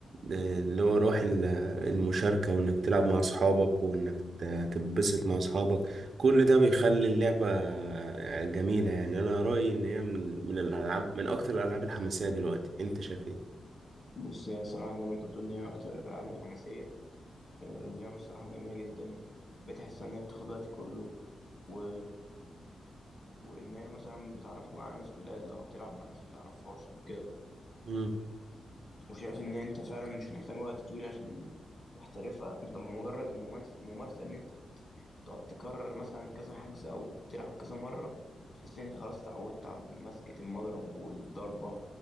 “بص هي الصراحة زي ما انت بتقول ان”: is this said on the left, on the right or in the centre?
Left